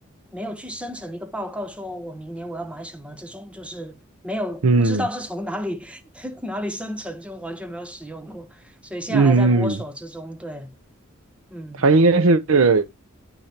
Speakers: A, in the centre; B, on the right (about 80°).
A: 没有去生成一个报告，说我明年我要买什么这种，就是没有不知道是从哪里
B: 嗯
A: <laughs> 哪里生成，就完全没有使用过，所以现在还在摸索之中，
B: 嗯嗯，
A: 对，嗯。
B: 它应该是